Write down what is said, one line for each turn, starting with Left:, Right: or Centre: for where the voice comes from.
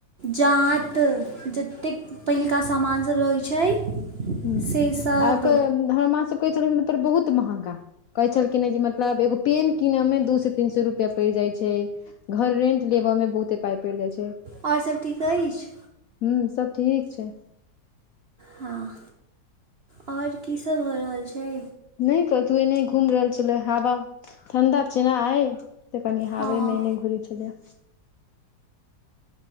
Right: जात जतेक पहिलका सामान सभ रहैत छै
Left: हू
Right: से सब
Left: आ हमर माँ सब कहै छलखिन बहुत महगा कहै छलखिन हँ कि मतलब एगो पेन क किनयमे दू सौ तीन सौ रुपैआ पड़ि जाइ छै घर रेंट लेबा में बहुते पााय पड़ि जाय छै
Right: ओर सभ ठीक अछि
Left: हूँ सब ठीक छै
Right: हँ ओर की सब भऽ रहल छै
Left: नहि कतहु एने घूम रहल छलै हवा ठण्डा जेना अइ तऽ कनि हाबे
Right: हँ हँ
Left: मै अनि घुरी छलैय